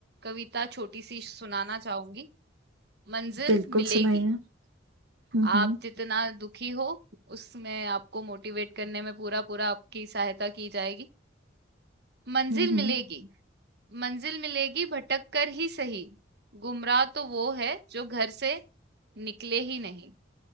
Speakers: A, on the right; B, on the right.
A: कविता छोटी सी सुनाना चाहूंगी मंजिल
B: बिल्कुल
A: मिलेगी
B: सुनाइए हम्म
A: आप
B: हम्म
A: जितना दुखी हो उसमें आपको मोटिवेट करने में पूरा पूरा आपकी सहायता की जाएगी मंजिल
B: हम्म
A: मिलेगी मंजिल मिलेगी भटक कर ही सही गुमराह तो वो है जो घर से निकले ही नहीं